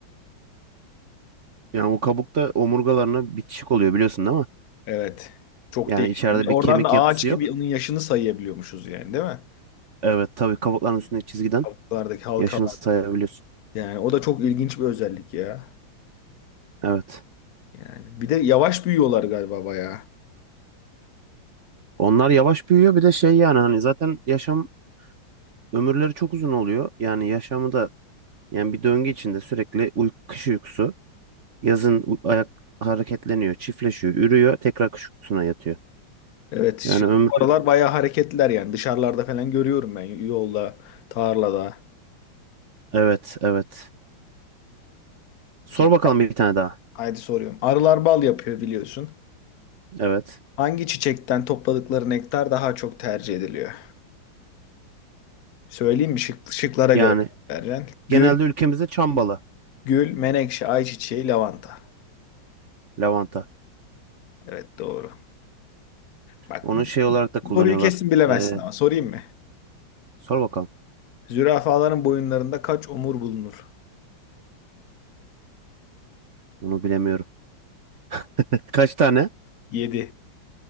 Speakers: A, on the right; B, on the left.
A: Yani o kabukta omurgalarına bitişik oluyor biliyorsun değil mi?
B: Evet. Çok
A: Yani
B: değişik.
A: içeride
B: Bir de
A: bir
B: oradan
A: kemik
B: da
A: yapısı
B: ağaç
A: yok.
B: gibi onun yaşını sayabiliyormuşuz yani değil mi?
A: Evet tabii kabukların üstündeki çizgiden
B: Kabuklardaki halkalar.
A: yaşını sayabiliyorsun.
B: Yani o da çok ilginç bir özellik ya.
A: Evet.
B: Yani bir de yavaş büyüyorlar galiba bayağı.
A: Onlar yavaş büyüyor bir de şey yani hani zaten yaşam ömürleri çok uzun oluyor. Yani yaşamı da Yani bir döngü içinde sürekli uy kış uykusu, yazın u- ayak hareketleniyor, çiftleşiyor, ürüyor, tekrar kış uykusuna yatıyor.
B: Evet, şimdi
A: Yani ömrü
B: bu aralar bayağı hareketliler yani. Dışarılarda falan görüyorum ben yolda, tarlada.
A: evet evet. Sor
B: Ki
A: bakalım bir tane daha.
B: haydi soruyorum. Arılar bal yapıyor biliyorsun.
A: Evet.
B: Hangi çiçekten topladıkları nektar daha çok tercih ediliyor? Söyleyeyim mi? Şık, şıklara
A: Yani
B: göre vereceksin.
A: genelde
B: Gül,
A: ülkemizde çambalı
B: gül, menekşe, ayçiçeği, lavanta.
A: lavanta.
B: Evet doğru. Bak
A: Onu
B: bu
A: şey olarak da kullanıyorlar.
B: soruyu kesin bilemezsin
A: Ee,
B: ama sorayım mı?
A: sor bakalım.
B: Zürafaların boyunlarında kaç omur bulunur?
A: Onu bilemiyorum. <laughs> Kaç tane?
B: 7.